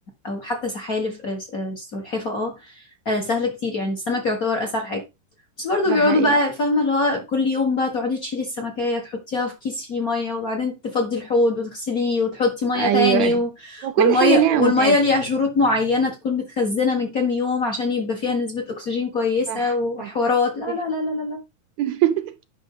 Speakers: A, on the left (about 40°); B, on the right (about 75°).
A: أو حتى سحالف آه، سلحفة اه آه، آه، سهل كتير يعني السمك يعتبر أسهل حاجة بس برضو
B: ده
A: بيقعدوا
B: حقيقي
A: بقى فاهمة اللي هو كل يوم بقى تقعدي تشيلي السمكية تحطيها في كيس فيه مية وبعدين تفضي الحوض وتغسليه وتحطي مية
B: ايوه
A: تاني و...
B: وكل
A: والمية
B: حاجة ليها
A: والمية
B: متعبة
A: ليها شروط معينة تكون متخزنة من كام يوم عشان يبقى فيها نسبة أكسجين كويسة
B: صح
A: وحوارات
B: صح دي
A: لا لا
B: حاجة.
A: لا لا لا لا.
B: <laughs>